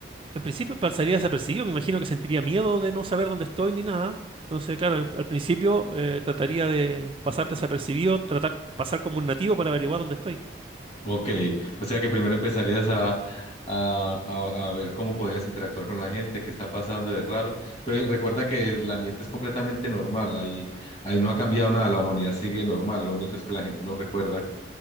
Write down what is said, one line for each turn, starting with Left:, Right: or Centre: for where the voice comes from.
Right: En principio pasaría desapercibido, me imagino que sentiría miedo de no saber dónde estoy ni nada. Entonces, claro, en- al principio eh, trataría de pasar desapercibido, tratar pasar como un nativo para averiguar dónde estoy.
Left: Ok, o sea que primero empezarías a, a, a- a ver cómo podías interactuar con la gente, qué está pasando de raro, pero recuerda que el ambiente es completamente normal, ahí, ahí no ha cambiado nada, la humanidad sigue normal, lo único es que la gente no recuerda,